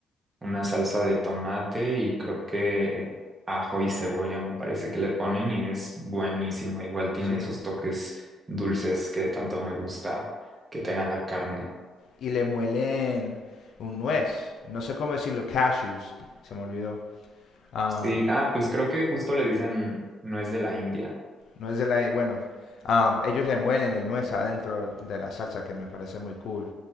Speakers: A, on the right (about 30°); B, on the left (about 65°).
A: una salsa de tomate y creo que ajo y cebolla me parece que le ponen y es buenísimo. Igual tiene
B: sí.
A: esos toques dulces que tanto me gusta que tenga la carne.
B: Y le muelen un nuez. No sé cómo decirlo, cashews. Se me olvidó. Am,
A: Sí, ah, pues creo que justo le dicen no es de la India.
B: nuez de la... Bueno, am, ellos le muelen el nuez adentro de la salsa que me parece muy cool